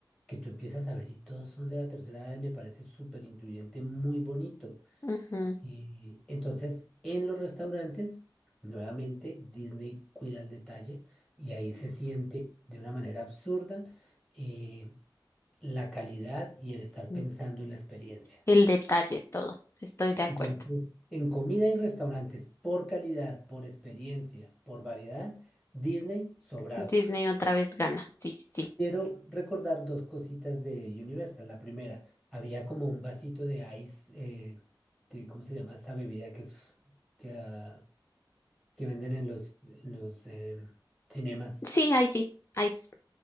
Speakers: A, in the centre; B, on the left (about 30°).
A: que tú empiezas a ver y todos son de la tercera edad y me parece súper incluyente, muy bonito.
B: ujú,
A: Y entonces, en los restaurantes, nuevamente Disney cuida el detalle y ahí se siente de una manera absurda eh, la calidad y el estar
B: ujú.
A: pensando en la experiencia.
B: El detalle, todo, estoy de
A: Entonces,
B: acuerdo.
A: en comida y restaurantes, por calidad, por experiencia, por variedad, Disney sobrado.
B: Disney otra vez gana, sí, sí, sí.
A: Quiero recordar dos cositas de Universal. La primera, había como un vasito de ice, eh, de- ¿cómo se llama esta bebida que es... que, ah, que venden en los, en los em, cinemas,
B: Sí, ahí sí, ahí sí.